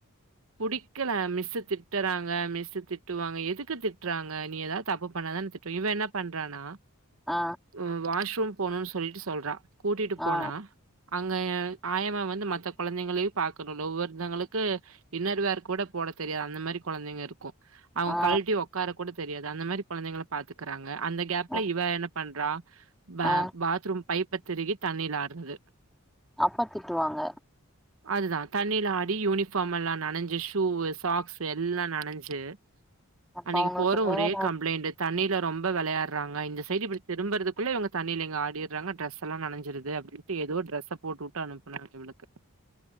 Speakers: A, on the right; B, in the centre.
A: புடிக்கல மிஸ்ஸு திட்டறாங்க மிஸ்ஸு திட்டுவாங்க எதுக்கு திட்றாங்க நீ எதாது தப்பு பண்ணாதான திட் டு இவ என்ன பண்றானா
B: ஆ
A: ம் வாஷ்ரூம் போனுன் சொல்லிட்டு சொல்றா கூட்டிட்டு போனா
B: ஆ
A: அங்க ஆயமா வந்து மத்த கொழந்தைங்களயு பாக்கனுல ஒவ்வொருத்தோங்களுக்கு இன்னர்வேர் கூட போட தெரியாது அந்த மாரி கொழந்தைங்க இருக்கு அவுங்க
B: ஆ
A: கழட்டி ஒக்கார கூட தெரியாது அந்த மாரி கொழந்தைங்கள பாத்துக்கறாங்க அந்த கேப்ல
B: ஆ
A: இவ என்ன பண்றா ப
B: ஆ
A: பாத்ரூம் பைப்ப திருகி தண்ணிலாட்றது
B: அப்ப திட்டுவாங்க
A: அதுதா தண்ணில ஆடி யூனிஃபார்ம் எல்லா நனஞ்சு ஷூவு சாக்ஸு எல்லா நனஞ்சு
B: அப்ப
A: அன்னக்கி
B: அவங்களுக்கு
A: போறோ
B: வேல
A: ஒரே கம்ப்ளைண்ட்டு தண்ணில ரொம்ப வெளயாட்றாங்க இந்த சைடு இப்டி திரும்பறதுக்குள்ள இவுங்க தண்ணில இங்க ஆடிட்றாங்க டிரஸெல்லா நெனஞ்சுருது அப்டின் ட்டு எதோ டிரெஸ போட்டுவுட்டு அனுப்புனாங்க இவுளுக்கு